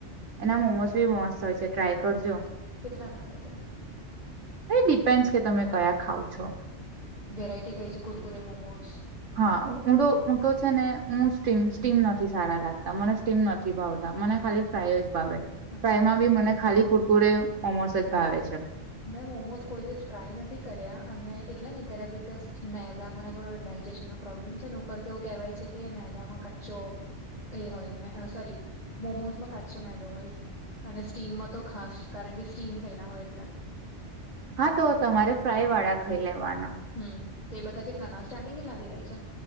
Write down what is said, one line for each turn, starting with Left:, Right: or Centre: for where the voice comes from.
Right: એના મોમોઝ બી બો મસ્ત હોય છે, ટ્રાય કરજો.
Left: કેટલા ના આવે છે?
Right: એ ડિપેન્ડસ કે તમે કયા ખાવ છો?
Left: વેરાયટી કઈ છે કુરકુરે મોમોઝ.
Right: હા હું તો હું તો. છે ને હું સ્ટીમ સ્ટીમ
Left: હમ
Right: નથી સારા લાગતા મને સ્ટીમ નથી ભાવતા મને ખાલી ફ્રાય જ ભાવે
Left: અચ્છા
Right: ફ્રાયમાં બી મને ખાલી કુરકુરે મોમોસ જ ભાવે છે.
Left: મેં મોમોઝ કોઈ દિવસ ટ્રાય નથી કર્યા અને એટલા નહી કર્યા બિકઝ મેદા મને થોડો ડાયજેશનનો પ્રોબ્લેમ છે ને ઉપર તો એવું કહેવાય છે કે મેદામાં કચ્ચો એ હોય સોરી મોમોસમાં કાચો મેદો હોય. અને સ્ટીમમાં તો ખાસ, કારણ કે સ્ટીમ થયેલા હોય એટલે.
Right: હા તો તમારે ફ્રાય વાળા ખાઈ લેવાના.
Left: હમ્મ. તે બધા કેટલાના સ્ટાર્ટિંગ કેટલાથી થાય છે?